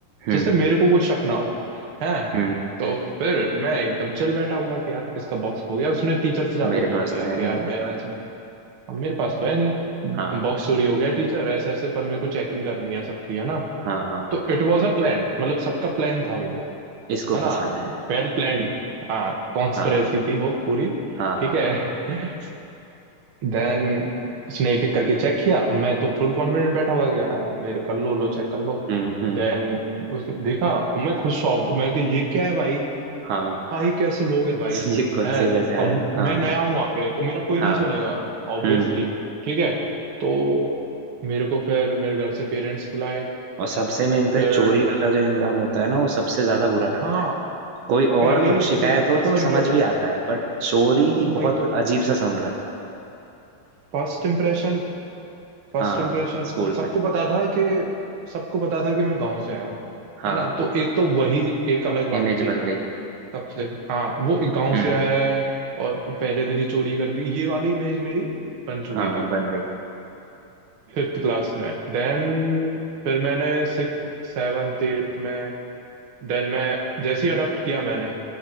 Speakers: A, on the right; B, on the right.
A: हम्म
B: जिससे मेरे को कोई शक ना हो है
A: हम्म
B: तो फिर मैं एकदम चिल बैठा हुआ कि यार इसका बॉक्स खो गया उसने टीचर से जाके
A: मेरे
B: बोल
A: पास
B: दिया
A: तो
B: कि
A: है नहीं
B: यार मेरा ऐसे- अब मेरे पास तो है नहीं
A: हाँ
B: बॉक्स चोरी हो गया टीचर ऐसे ऐसे पर मेरे को चेकिंग करनी है सबकी है ना
A: हाँ हाँ
B: तो इट वाज अ प्लान मतलब सबका प्लान था वो
A: इसको
B: है ना
A: फंसाना है
B: वेल प्लान्ड हाँ कॉन्स्पिरेसी
A: हाँ
B: थी वो पूरी
A: हाँ
B: ठीक
A: हाँ
B: है <laughs> देन उसने एक एक करके चेक किया अब मैं तो फुल कॉन्फिडेंट बैठा हुआ गया यार मेरे कर लो लो चेक कर लो
A: हम्म हम्म
B: देन उसने देखा और मैं खुद शॉक्ड मैं कि ये क्या है भाई
A: हाँ
B: भाई कैसे लोग हैं भाई
A: <laughs> ये खुद
B: हैं
A: से कैसे
B: तो
A: आया
B: अब मैं
A: हाँ
B: नया हूँ वहां पे तो मेरा कोई
A: हाँ
B: नहीं सुनेगा ऑब्वियसली
A: हम्म
B: ठीक है तो मेरे को फिर मेरे घर से पेरेंट्स बुलाए
A: और सबसे मेन तो
B: फिर
A: चोरी वाला जो इंजाम होता है ना वो सबसे ज्यादा बुरा लगता
B: हाँ
A: है कोई
B: पहले
A: और
B: ही
A: शिकायत
B: दिन
A: हो
B: फर्स्ट
A: तो
B: इम्प्रेस
A: समझ भी आता है पर चोरी
B: हाँ वही
A: बहुत
B: तो
A: अजीब सा साउंड करता है
B: फर्स्ट इम्प्रेशन फर्स्ट
A: हाँ
B: इम्प्रेशन
A: स्कूल
B: सबको
A: में
B: पता था कि सबको पता था कि मैं गांव से आया हूँ
A: हाँ
B: है ना तो एक तो वही एक अलग बात
A: इमेज
B: थी
A: बन गई
B: सबसे हाँ वो एक गांव
A: हम्म
B: से आया है और पहले दिन ही चोरी कर दी ये वाली इमेज मेरी बन चुकी
A: हाँ
B: थी
A: बन गई
B: फिफ्थ क्लास में देन फिर मैंने सिक्स सेवन्थ एट्थ में देन मैं जैसे ही अडॉप्ट किया मैंने